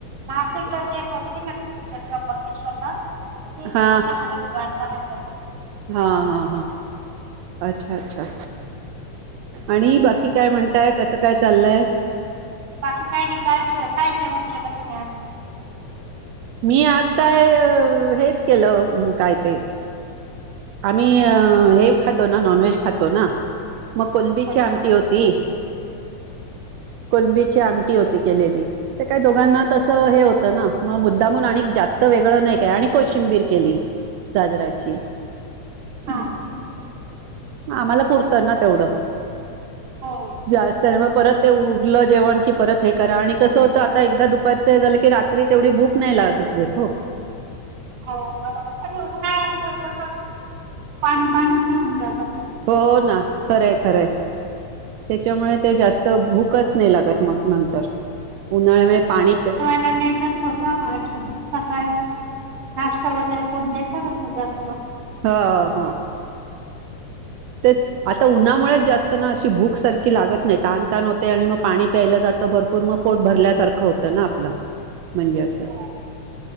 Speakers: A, on the right; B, on the right.
A: नासिकला जे होते ना ते त्र्यंबकेश्वरला सेम
B: हां,
A: पूजा हरिद्वार मध्ये असते.
B: हां, हां, हां अच्छा, अच्छा. आणि बाकी काय म्हणताय कसं, काय चाललंय?
A: बाकी काय नाही काय, काय जेवण केलं तुम्ही आज?
B: मी आज काय हेच केलं काय ते? आम्ही हे खातो ना नॉनव्हेज खातो ना, मग कोलंबीची
A: अच्छा अच्छा
B: आमटी होती ती कोलंबीची आमटी होती केलेली. ते काही दोघांना तसं हे होतं ना, मग मुद्दामुन आणिक जास्त वेगळं नाही काय आणि कोशिंबीर केली. गाजराची.
A: हा.
B: आम्हाला पुरतं ना तेवढं.
A: हो.
B: जास्त आहे मग परत ते उरलं जेवण की परत हे करा, आणि कसं होतं आता एकदा दुपारचं हे झालं की रात्री तेवढी भुक नाही लागत हो‌.
A: <inaudible> हो बरोबर आणि ऊन्हाळ्यामुळ कस पाणी, पाणीच होऊन जात.
B: हो ना खर आहे, खर आहे. त्याच्यामुळे ते जास्त भूकच नाही लागत, मग नंतर उन्हाळ्यामुळे पाणी
A: नाही तर झोपा हॉल मध्ये सकाळी नाश्ता वगैरे कोण देत <unintelligible> जास्त.
B: हो ह. तेच आता उन्हामुळेच जास्त ना अशी भूक सारखी लागत नाही. तहान तहान होते आणि मग पाणी प्यायला जात भरपूर मग पोट भरल्यासारखं होतं ना आपलं.
A: <inaudible>
B: म्हणजे
A: हो.
B: असं